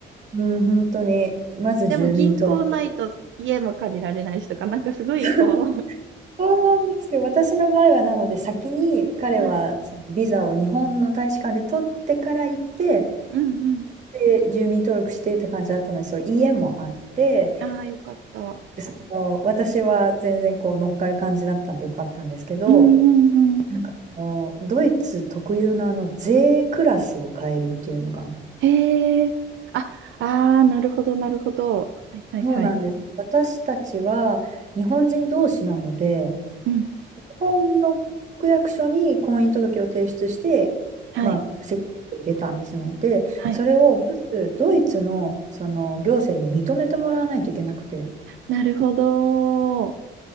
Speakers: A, on the right; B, on the right.
A: うん、本当に、まず住民登録。
B: でも銀行ないと家も借りられないしとか、なんかすごいこ
A: <laughs> そうなんですよ。私の場合は、なので、先に彼はそのビザを日本の大使館で取ってから行って、
B: う <laughs> はい。うんうん。
A: で、住民登録してって感じだったので、そう、家もあって、
B: ああ、よかった。
A: その私は全然こう乗っかる感じだったんでよかったんですけど、
B: うんうんうん。
A: なんかこうドイツ特有のあの税クラスを変えるっていうのが、
B: へえ。あ、ああ、なるほど、なるほど。はいはいはい。
A: そうなんです。私たちは日本人同士なので、
B: うん。
A: 日本の区役所に婚姻届を提出して、
B: はい。
A: まあ、籍を入れたんですね。で、
B: はい。
A: それをまずドイツの、その行政に認めてもらわないといけなくて、
B: なるほど。